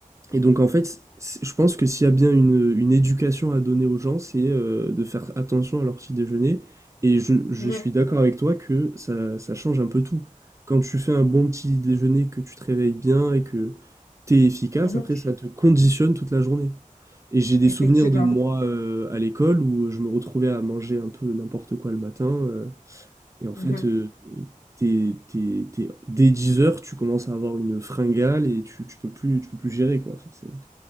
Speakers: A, on the right (about 20°); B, on the left (about 85°).
A: et donc en fait, c je pense que s'il y a bien une, une éducation à donner aux gens, c'est, heu, de faire attention à leur petit déjeuner et je je
B: mhm,
A: suis d'accord avec toi que ça ça change un peu tout. Quand tu fais un bon petit déjeuner, que tu te réveilles bien et que tu es efficace,
B: mhm.
A: après ça te conditionne toute la journée. Et j'ai des
B: Effectivement.
A: souvenirs de moi euh, à l'école où je me retrouvais à manger un peu n'importe quoi le matin. euh, et en fait,
B: Mhm.
A: euh, t'es- t'es- t'es- dès 10 heures, tu commences à avoir une fringale et tu, tu peux plus, tu peux plus gérer, quoi. Enfin, c'est-